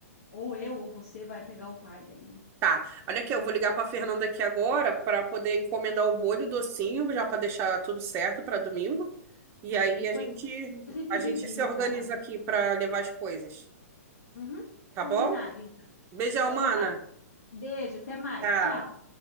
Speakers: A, on the left (about 75°); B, on the right (about 30°).
A: ou eu ou você vai pegar o pai daí, né?
B: Tá. Olha aqui, eu vou ligar para Fernanda aqui agora para poder encomendar o bolho e o docinho, já para deixar tudo certo para domingo. E
A: Tá.
B: aí
A: Depois
B: a gente
A: a gente
B: a gente
A: divide,
B: se organiza
A: tá, mana?
B: aqui para levar as coisas,
A: Uhum,
B: tá
A: combinado,
B: bom?
A: então.
B: Beijão,
A: Então
B: mana.
A: tá. Beijo, até mais.
B: Tchau.
A: Tchau.